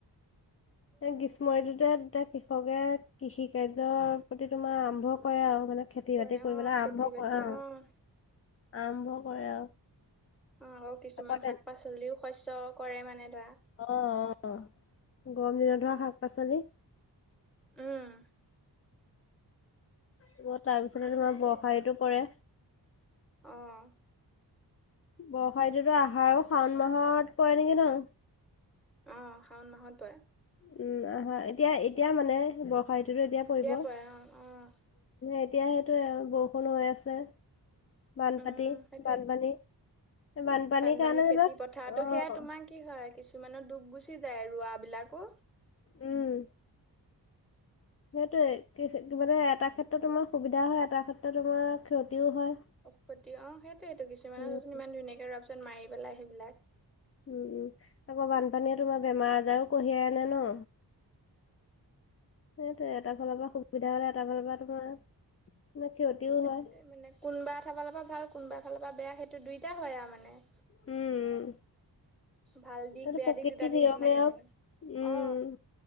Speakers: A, in the centre; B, on the left.
A: <inaudible>
B: এ গ্ৰীষ্ম ঋতুতে তা কৃষকে কৃষি কাৰ্যৰ প্ৰতি তোমাৰ আৰম্ভ কৰে আৰু মানে খেতি-বাতি
A: কৰে
B: কৰিবলৈ
A: অ', খেতি
B: আৰম্ভ
A: বাতি
B: কৰে আৰু।
A: অ',
B: আৰম্ভ কৰে আৰু
A: অ' উ কিছুমান
B: আকৌ তেন
A: শাক-পাচলিও শস্য কৰে মানে ধৰা
B: অ', অ'। গৰম দিনত ধৰা শাক-পাচলি
A: উম্।
B: আকৌ তাৰপিছতে তোমাৰ
A: তাকে
B: বৰ্ষা ঋতু পৰে।
A: অ'
B: বৰ্ষা ঋতুতো আহাৰ আৰু শাওণ মাহত পৰে নেকি ন?
A: অ', শাওণ মাহত পৰে।
B: উম আহা এতিয়া এতিয়া মানে বৰ্ষা ঋতুতো এতিয়া পৰিব।
A: পৰে অ', অ',
B: এতিয়া সেইটোৱে আৰু বৰষুণ হৈ আছে। বানপাটী-
A: উম, সেইটোৱে।
B: বানপানী। বানপানীৰ
A: বানপানী
B: কাৰণে
A: খেতি
B: যেনিবা
A: পথাটো
B: অ
A: সেয়া তোমাৰ কি হয়- কিছুমানৰ দুৱ গুচি যায় ৰোৱা বিলাকো।
B: উম্। সেইটোৱে, কিবাটা এটা ক্ষেত্ৰত তোমাৰ সুবিধা হয় এটা ক্ষেত্ৰত তুমাৰ ক্ষতিও হয়।
A: অ ক্ষতি অঁ সেইটোয়েইটো, কিছুমানতচোন
B: উম
A: ইমান ধুনীয়াকে ৰতচত মাৰি পেলাই সেইবিলাক
B: উম উম, আকৌ বানপানীয়ে তোমাৰ বেমাৰ আজাৰো কঢ়িয়াই আনে ন। সেইটোৱেই এটা ফালৰ পৰা সুবিধা হলে এটা ফালৰ পৰা তোমাৰ <inaudible> ক্ষতিও
A: সেইটোৱে
B: হয়
A: মানে কোনোবা এটাফালৰ পৰা ভাল, কোনোবা এফালৰ পৰা বেয়া। সেইটো দুইটা হয় আৰু মানে।
B: উম, উম।
A: ভাল দিশ
B: এইটো
A: বেয়া
B: প্ৰকৃতিৰ
A: দিশ দুটা দিশ
B: নিয়মে
A: নাথাকে
B: আৰু,
A: জানো। অ
B: উম।